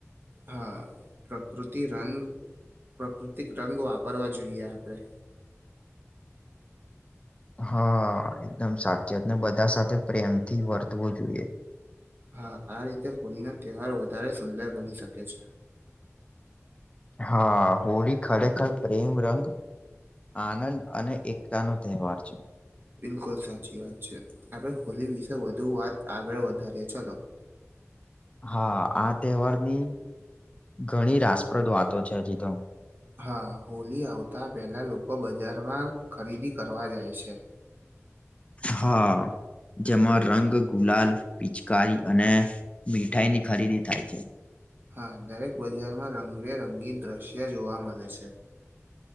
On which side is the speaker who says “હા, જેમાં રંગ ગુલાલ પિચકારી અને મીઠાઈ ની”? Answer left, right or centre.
Left